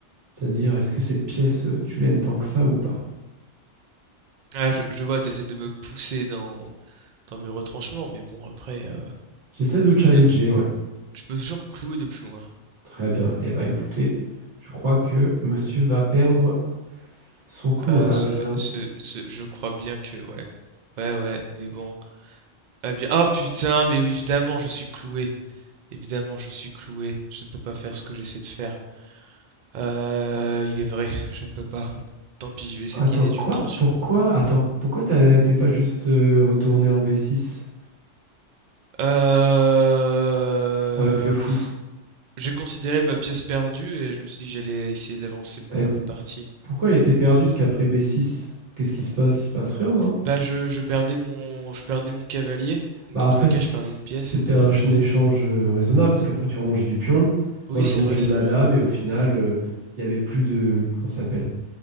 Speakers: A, on the right; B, on the right.
A: C'est-à-dire, est-ce que cette pièce, euh, tu l'aimes tant que ça ou pas? C'est-
B: Ah, je, je vois, t'essaies de me pousser dans, dans mes retranchements, mais bon, après, euh,
A: J'essaie de
B: je
A: challenger,
B: peux,
A: ouais.
B: je peux toujours clouer de plus loin.
A: Très bien. Eh bah écoutez, je crois que monsieur va perdre son clouage.
B: Ah, ce, ce, ce, je crois bien que, ouais, ouais, ouais, mais bon. Ah bien, oh putain, mais oui, évidemment, je suis cloué. Évidemment, je suis cloué. Je ne peux pas faire ce que j'essaie de faire. Euh, il est vrai, je ne peux pas. Tant pis, je vais essayer
A: Attends,
B: de gagner du
A: quoi?
B: temps sur
A: Pourquoi?
B: mon.
A: Attends, pourquoi t'as- t'es pas juste euh, retourné en B6
B: Euh...
A: avec le fou?
B: J'ai considéré ma pièce perdue et je me suis dit que j'allais essayer d'avancer
A: Et
B: dans la partie.
A: pourquoi il était perdu ce qu'après B6? Qu'est-ce qui se passe? Il se passe rien, non?
B: Bah je, je perdais mon je perdais mon cavalier, donc
A: Bah
B: dans
A: après,
B: tous les
A: c-
B: cas je perdais une pièce.
A: c'était un, ch- un échange euh, raisonnable, parce qu'après tu remangeais du pion,
B: Oui
A: moi je
B: c'est
A: remangeais
B: vrai, c'est
A: de la
B: vrai.
A: dame, et au final, euh, il y avait plus de... Comment ça s'appelle?